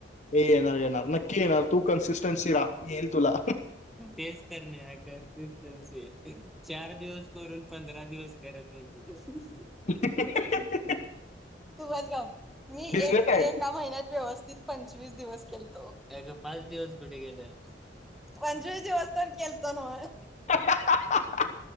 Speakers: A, on the left; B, in the centre.
A: ये येणार येणार नक्की येणार तू कन्सिस्टनसी रा येईल तुला.
B: तेज तर न्याही का <unintelligible> चे चार दिवस करून पंधरा दिवस करत नाही
A: हे हे हे हे हे हे हे
B: तुमस गाव मी
A: बिझनेस
B: एक
A: आहे
B: एका महिन्यात व्यवस्थित पंचवीस दिवस केलतो अगो पाच दिवस कुठे गले पंचवीस दिवस तर केलतो ना
A: हा हा हा हा